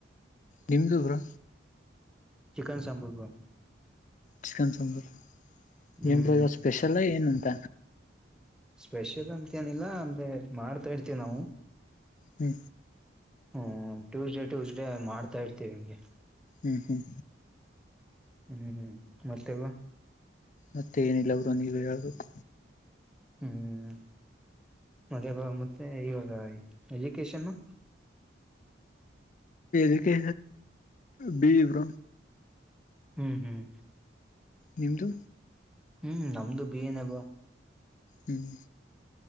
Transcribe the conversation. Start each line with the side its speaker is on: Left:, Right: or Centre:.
Left: ನಿಮ್ಮದು ಬ್ರೋ
Centre: ಚಿಕನ್ ಸಾಂಬಾರ್
Left: ಚಿಕನ ಸಾಂಬಾರ್
Centre: ಹ್ಮ್
Left: ಏನ್ ಸ್ಪೆಷಲ್ ಏನಂತ
Centre: ಸ್ಪೆಷಲ್ ಅಂತೇನಿಲ್ಲ ಅಂದ್ರೆ ಮಾಡ್ತಾ ಇರ್ತೇವಿ ನಾವು
Left: ತ್ತೆ
Centre: ಹ್ಮ್ ಟ್ಯೂಸ್ಡೇ ಟ್ಯೂಸ್ ಡೇ ಮಾಡ್ತಾ ಇರ್ತೀವಿ ನಂಗೆ
Left: ಹ್ಞ ಹ್ಮಞ
Centre: ಹ್ಮ್ ಹ್ಮ್ ಮತ್ತೆ ಬ್ರೋ
Left: ಮತ್ತೆ ಏನಿಲ್ಲ ಬ್ರೋ ನೀವೇ ಹೇಳ್ಬೇಕು
Centre: ಹ್ಮ್ ಮದ ಮತ್ತೆ ಈವಾಗ ಎಜುಕೇಶನು
Left: ಕ್ಕೆ ಬವ್ರ
Centre: ಹ್ಮ್ ಹ್ಮ್
Left: ನಿಮದುು
Centre: ಹ್ಮ್ ನಮ್ದು ಬಿ ಏನಬ
Left: ಹ್ಮ್